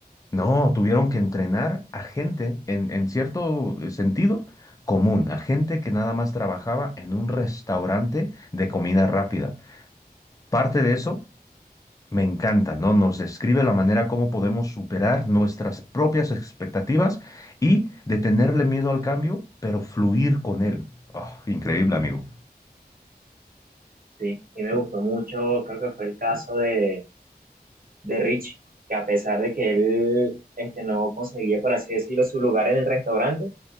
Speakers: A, on the left; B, on the right.
A: No, tuvieron que entrenar a gente, en, en cierto eh, sentido, común, a gente que nada más trabajaba en un restaurante de comida rápida. Parte de eso me encanta, ¿no? Nos describe la manera como podemos superar nuestras propias expectativas y de tenerle miedo al cambio, pero fluir con él. Oh, increíble, amigo.
B: Sí, y me gustó mucho, creo que fue el caso de, de Rich, que a pesar de que él este, no conseguía, por así decirlo, su lugar en el restaurante,